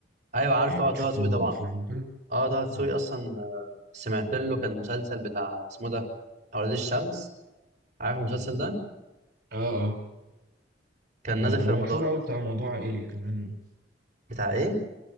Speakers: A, on the right; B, on the right.
A: ايوه عارف
B: يعني
A: طبعا
B: بتشوف
A: طه دسوقي
B: لهم
A: طبعا
B: افلام وكده؟
A: اه طه دسوقي
B: اه
A: اصلا آه، سمعت له كان مسلسل بتاع اسمه ده اولاد الشمس عارف المسلسل ده
B: اه اه
A: كان نازل
B: ومشهور
A: في رمضان
B: قوي بتاع موضوع عائلي كمان
A: بتاع ايه